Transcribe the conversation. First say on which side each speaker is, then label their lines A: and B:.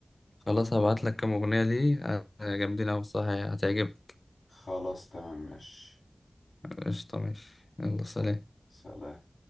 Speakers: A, on the left; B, on the left.
A: خلاص هبعت لك كام اغنية ليه آه، جامدين اوي الصراحة يعني هتعجبك
B: خلاص تمام ماشي
A: قشطة ماشي يلا سلام
B: يلا سلام